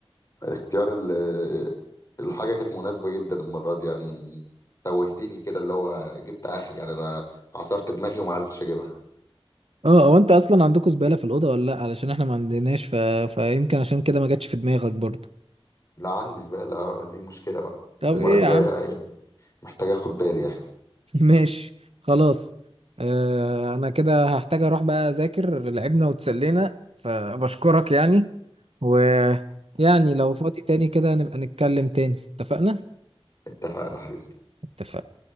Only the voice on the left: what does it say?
الاختيار ال- الحاجة كانت مناسبة جدا المرة دي يعني توهتني كده اللي هو جبت اخر يعني انا عصرت دماغي وما عرفتش اجيبها
لا عندي زبالة اه دي مشكلة بقى
المرة
الجاية
يعني محتاج اخد بالي يعني
اتفقنا حبيبي